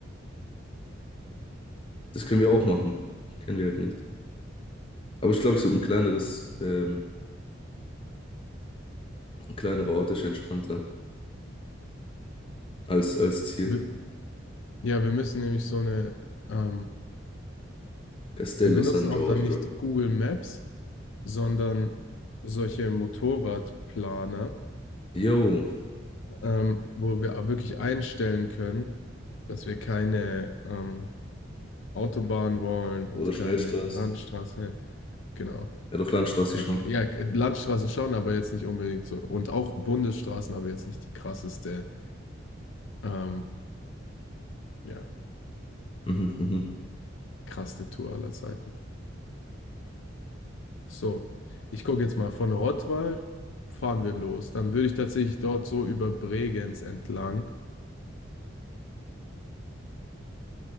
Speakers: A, on the left; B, on the left.
A: Das können wir auch machen. Kennen wir halt nicht. Aber ich glaube, ich so ein kleineres, ähm, ein kleinerer Ort ist entspannter als, als Ziel.
B: Wir, ja, wir müssen nämlich so eine, ähm,
A: Castello
B: wir benutzen
A: San Giorgio.
B: auch dann nicht Google Maps sondern solche Motorradplaner,
A: Jo.
B: ähm, wo wir auch wirklich einstellen können, dass wir keine ähm, Autobahn wollen
A: Oder
B: und keine
A: Schnellstraßen.
B: Landstraße. Genau.
A: Ja, doch Landstraße
B: Äh,
A: schon.
B: k- ja, k- Landstraße schon, aber jetzt nicht unbedingt so. Und auch Bundesstraßen, aber jetzt nicht die krasseste, ähm, ja,
A: Mhm, mhm.
B: krasseste Tour aller Zeiten. So, ich gucke jetzt mal von Rottweil. Fahren wir los. Dann würde ich tatsächlich dort so über Bregenz entlang